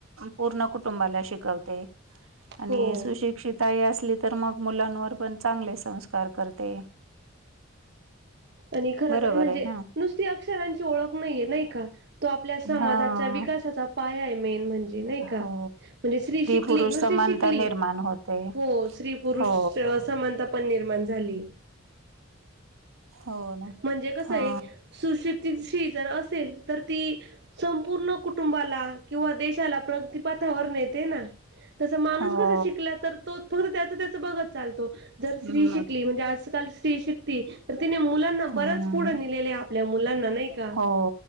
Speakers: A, on the right; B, on the right.
A: पूर्ण कुटुंबाला शिकवते. आणि
B: हो
A: सुशिक्षित आई असली तर मग मुलांवर पण चांगले संस्कार करते.
B: आणि खर
A: बरोबर
B: तर म्हणजे
A: आहे ना?
B: नुसती अक्षरांची ओळख नाहीये नाही का तो आपल्या समाजाच्या
A: हां.
B: विकासाचा पाया आहे मेन म्हणजे जे नाही का?
A: हो
B: म्हणजे स्त्री शिकली
A: पुरुष
B: नुसती
A: समानता
B: शिकली
A: निर्माण होते
B: हो स्त्री पुरुष
A: हो
B: अ समानता पण निर्माण झाली.
A: हो ना
B: म्हणजे कसंये
A: हा
B: सुशिक्षित स्त्री जर असेल. तर ती संपूर्ण कुटुंबाला किंवा देशाला प्रगतीपथावर नेते ना. तस माणूस
A: हो
B: कसा शिकला तर तो फक्त त्याच त्याच बघत चालतो. जर स्त्री
A: हम्म
B: शिकली. म्हणजे आजकाल स्त्री शिकती. तर तिने मुलांना
A: हम्म
B: बरच पुढे नेलेलय. आपल्या मुलांना नाही का?
A: हो.